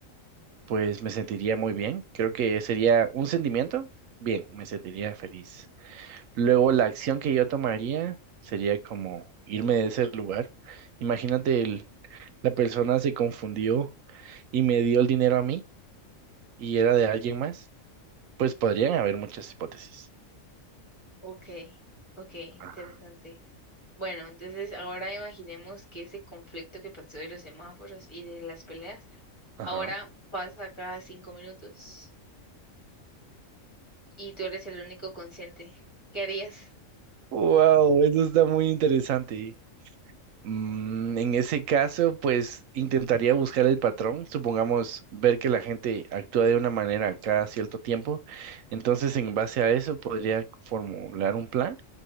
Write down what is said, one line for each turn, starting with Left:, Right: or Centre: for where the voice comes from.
Right: pues me sentiría muy bien. Creo que sería un sentimiento, bien, me sentiría feliz. Luego la acción que yo tomaría sería como irme de ese lugar. Imagínate, el- la persona se confundió y me dio el dinero a mí y era de alguien más. Pues podrían haber muchas hipótesis.
Left: Ok, ok, interesante.
Right: Ah,
Left: Bueno, entonces ahora imaginemos que ese conflicto que pasó de los semáforos y de las peleas,
Right: Ajá.
Left: ahora pasa cada cinco minutos y tú eres el único consciente. ¿Qué harías?
Right: Wow, eso está muy interesante. Mm, en ese caso, pues intentaría buscar el patrón, supongamos ver que la gente actúa de una manera cada cierto tiempo, entonces en base a eso podría formular un plan.